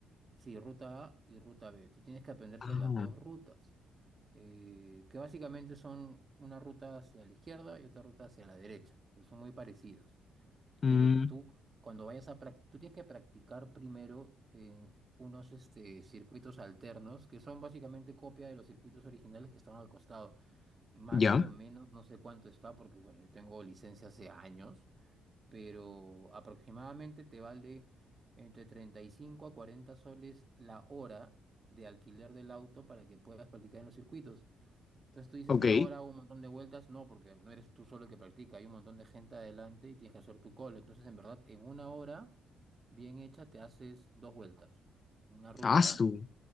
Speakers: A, on the right; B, on the left.
A: sí, ruta A y ruta B. Tú tienes que aprenderte
B: Ah,
A: las dos rutas. eh, que básicamente son una ruta hacia la izquierda y otra ruta hacia la derecha, pero son muy parecidos.
B: mm,
A: Pero tú, cuando vayas a practicar, tú tienes que practicar primero en unos este, circuitos alternos, que son básicamente copia de los circuitos originales que estaban al costado. Más
B: ya,
A: o menos, no sé cuánto está, porque bueno, yo tengo licencia hace años, pero aproximadamente te vale entre 35 a 40 soles la hora de alquiler del auto para que puedas practicar en los circuitos. Entonces tú dices
B: ok.
A: una hora, hago un montón de vueltas, no, porque no eres tú solo el que practica, hay un montón de gente adelante y tienes que hacer tu call Entonces, en verdad, en una hora bien hecha te haces dos vueltas, una ruta
B: Ah, su.
A: A